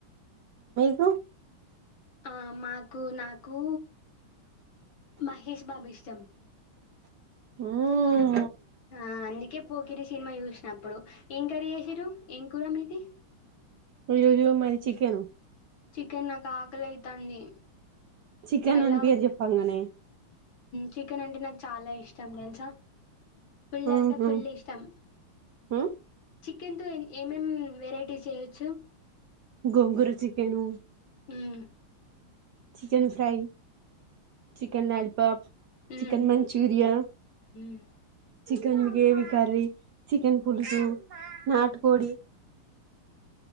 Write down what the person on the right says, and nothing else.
మ్
హ్మ్
ఈ రోజు మాది చికెను
చికెన్
అని
పేరు చెప్పంగానే
ఊహు
ఊ
గోంగూర చికెను
చికెన్ ఫ్రై చికెన్ లాలిపప్
చికెన్ మంచూరియా
చికెన్ గ్రేవి కర్రీ, చికెన్ పులుసు, నాటు కోడి